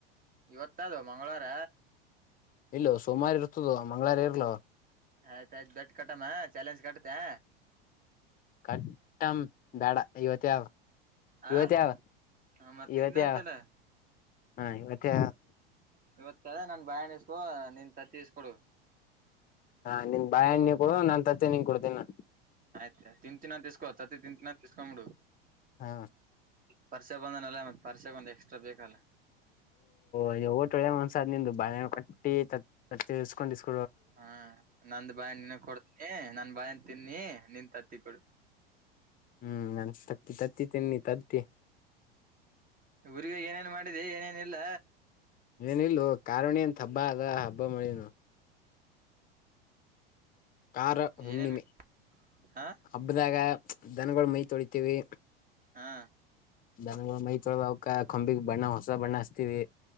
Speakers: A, on the right; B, on the left.
A: ಇವತ್ತ ಅದು ಮಂಗಳವಾರ
B: ಇಲ್ಲ ಸೋಮವಾರ ಇರ್ತದ ಮಂಗಳವಾರ ಇರಲ್ಲ
A: ಆಯ್ತಾಯ್ತ ಬೆಟ್ ಕಟ್ಟಮ್ಮ ಚಾಲೆಂಜ್ ಕಟ್ಟತೆೆ
B: ಕಟ್ ಕಾಟಮ್ ಬೇಡ ಇವತೆ ಯಾವ
A: ಆ
B: ಇವತೆ ಯಾವ
A: ಮತ್
B: ಇವತೆ
A: ಇಲ್ಲ ಅಂತಲ್ಲ
B: ಯಾವ ಹಾ ಇವತ್ತೆ
A: ಇವತ್ತ ಅದ ನನ್ ಬಾಯಣ್ಣ ಇಸ್ಕೊ ನಿನ್ ತತ್ತಿ ಇಸ್ಕೊಡು
B: ಹಾ ನಿನ್ ಬಾಳೆಹಣ್ಣಿ ನಿನ್ ಕೊಡು ನಾನ್ ತತ್ತಿ ನೀನ್ ಕೊಡ್ತೇನಾ
A: ಆಯ್ತ ತಿಂತೀನಿ ಅಂತ ಈಸ್ಕೊ ತತ್ತಿತಿಂತೀನಿ ಅಂತ ಈಸ್ಕೊಬಿಡು
B: ಹಾ
A: ಪರ್ಸೆ ಬಂದನಲ್ಲ ಮತ್ತೆ ಪರ್ಸೆೆಗೆ ಒಂದು ಎಕ್ಸ್ಟ್ರಾ ಬೇಕಲ್ಲ
B: ಅಯ್ಯೋ ಒಳ್ಳೆ ಮನುಸ ನಿಂದು ಬಾಳೆಹಣ್ಣು ಕೊಟ್ಟಿ ಕೊಟ್ಟಿ ತತ್ತಿ ಈಸ್ಕೊಂಡು ಈಸ್ಕೊಂಡು
A: ಹಾ ನಂದ್ ಬಾಳೆಹಣ್ಣು ನಿನಗೆ ಕೊಡ್ತೀನಿ ನನ್ ಬಾಳೆಹಣ್ಣು ತಿನ್ನಿ ನಿನ್ ತತ್ತಿಕೊಡು <inaudible>
B: ಹ್ಮ್ ನನ್ ತತ್ತಿ ತಿನ್ನಿ ನೀ ತತ್ತಿ
A: ಊರಿಗೆ ಹೋಗಿ ಏನೇನ್ ಮಾಡಿದಿ ಏನೇನು ಇಲ್ಲ
B: ಏನಿಲ್ವೋ ಕಾರುಣಿ ಅಂತ ಹಬ್ಬ ಅದ ಹಬ್ಬಮಾಡೀನಿ ನೋಡು ಕಾರ ಹುಣ್ಣಿಮೆ
A: ಏನೇನ್ ಹಾ
B: ಹಬ್ಬದಾಗ ದನಗಳು ಮೈ ತೊಳಿತೀವಿ
A: ಹಾ
B: ದನಗಳ ಮೈತೊಳೆದು ಆವ್ಕ್ ಕೊಂಬಿಗೆ ಬಣ್ಣ ಹೊಸ ಬಣ್ಣ ಹಚ್ಚಿತೀವಿ